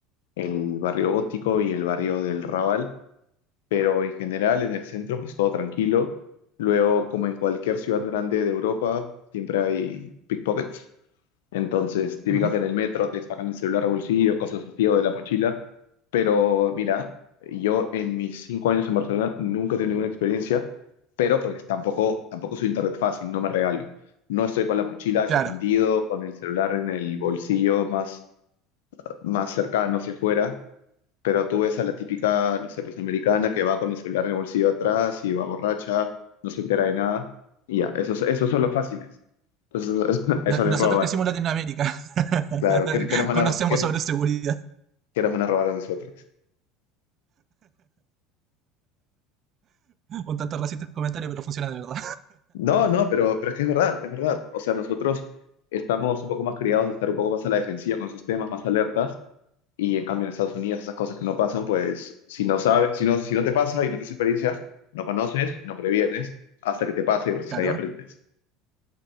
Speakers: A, on the left; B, on the right.
A: el barrio gótico y el barrio del Raval, pero en general en el centro pues todo tranquilo. Luego, como en cualquier ciudad grande de Europa, siempre hay pickpockets. Entonces, típica
B: Ujú,
A: que en el metro te sacan el celular al bolsillo, cosas así o de la mochila. Pero mira, yo en mis cinco años en Barcelona nunca he tenido ninguna experiencia, pero porque tampoco, tampoco soy internet fácil, no me regalo. No estoy con la mochila desatendido,
B: Claro.
A: con el celular en el bolsillo más, más cercano hacia afuera. Pero tú ves a la típica, no sé, pues americana que va con el celular en el bolsillo atrás y va borracha, no se entera de nada, y ya, esos, esos son los fáciles. Entonces, <laughs>
B: No-
A: eso les
B: Nosotros
A: roban.
B: crecimos en Latinoamérica.
A: Claro,
B: <laughs>
A: ¿qué, qué nos van
B: Conocemos
A: a, qué-
B: sobre seguridad.
A: qué nos van a robar a nosotros?
B: Un tanto racista el comentario, pero funciona de verdad.
A: No, no, pero, pero es que es verdad, es verdad. O sea, nosotros estamos un poco más criados de estar un poco más a la defensiva con esos temas, más alertas, y en cambio en Estados Unidos esas cosas que no pasan, pues si no sabes, si no, si no te pasa y no tienes experiencia, no conoces y no previenes hasta que te pasa y recién
B: Claro.
A: ahí aprendes.